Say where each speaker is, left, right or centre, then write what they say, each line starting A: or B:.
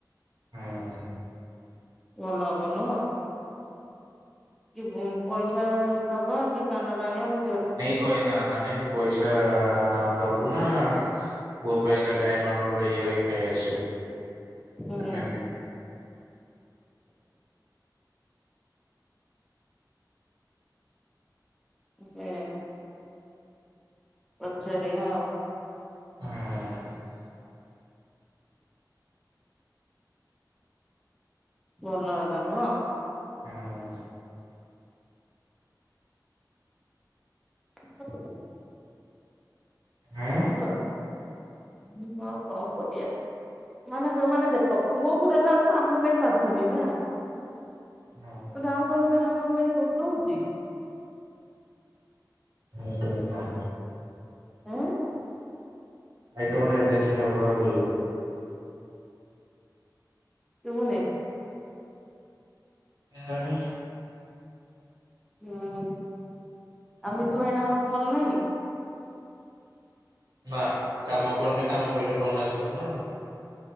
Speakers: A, on the right; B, in the centre.
A: ହୁଁ।
B: ଭଲ ହବ ନୁହଁ। କି ପଇସା ଦବା କି କାନରେ ଆଣିବା ମୁ।
A: ନାନୀ କୁ କହିଦେବା ନାନି କୁ ପଇସା ଦବୁ ନା। ପୁଅ ପାଇଁ କା ଡାଇମଣ୍ଡ ର ଇୟରିଙ୍ଗ ନେଇ ଆସିବୁ ସେ।
B: ହୁଁ। ହୁଁ। ପଚାରିବା ଆଉ।
A: ହଁ।
B: ଭଲ ହେଲା ନୁହଁ।
A: ହଁ।
B: ହ୍ୟାଲୋ। <inaudible>
A: ଆଇ
B: ହ ଆଁ କଣ କରିବା। ମାନେ ମାନେ ଦେଖ ପୁଅ କୁ ଦେଲା ବେଳକୁ କାମ କାଇ ବାଧୁନି ନା।
A: ହଁ।
B: ତ ଆଉ କାହାକୁ ଦେଲା ବେଳକୁ କଷ୍ଟ ହଉଛି।
A: ହଁ ସେ ହଁ।
B: ଆ।
A: I don't anythings about you.
B: ଶୁବୁନି।
A: କେଜାଣି।
B: ହୁଁ ଆମେ ତ ଇଏନା ର ଭଲ ନାହିଁ।
A: ବା କାମ ପଡ଼ନି କାମ ପିଡିଲେ ଫନ ଆସିବ ନା ଆଉ।